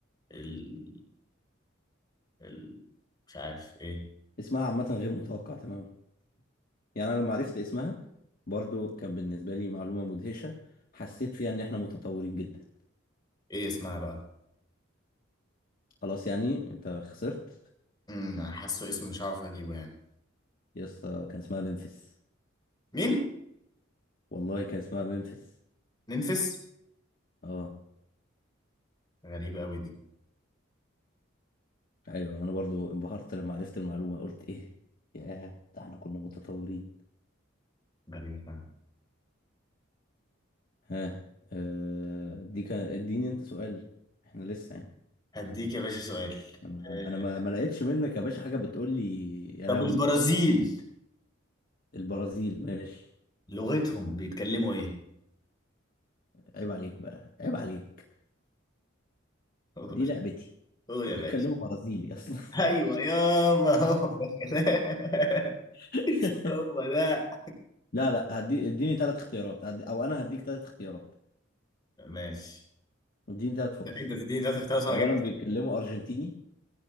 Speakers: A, on the left; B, on the left.
A: ال ال مش عارف ايه
B: اسمها عامة غير متوقع تماما يعني انا لما عرفت اسمها برضو كان بالنسبة لي معلومة مدهشة حسيت فيها ان احنا متطورين جدا
A: ايه اسمها بقى
B: خلاص يعني انت خسرت
A: امم أنا حاسه اسمه مش عارف اجيبه يعني
B: يا اسطى كان اسمها ممفيس
A: مين
B: والله كان اسمها ممفيس
A: ننفس
B: اه
A: غريبة قوي دي
B: ايوه ما انا برضو انبهرت لما عرفت المعلومه قلت ايه ياه ده احنا كنا متطورين
A: غريبة فعلا
B: ها آه دي كان اديني انت سؤال احنا لسه يعني
A: هديك يا باشا سؤال
B: انا انا
A: آه،
B: ما, ما لقيتش منك يا باشا حاجه بتقول لي يا
A: طب
B: لهوي
A: البرازيل
B: البرازيل ماشي
A: لغتهم بيتكلموا ايه
B: عيب عليك بقى عيب عليك
A: <laughs> قول
B: دي لعبتي
A: قول
B: بيتكلموا
A: يا باشا
B: برازيلي اصلا
A: ايوه يابا هو ده الكلام <laughs>
B: <laughs>
A: هو ده
B: لا لا هدي اديني ثلاث اختيارات هدي او انا هديك ثلاث اختيارات
A: ماشي
B: اديني ثلاث فرص
A: انت تديني ثلاث اختيارات وانا
B: اولا
A: جاوب
B: بيتكلموا ارجنتيني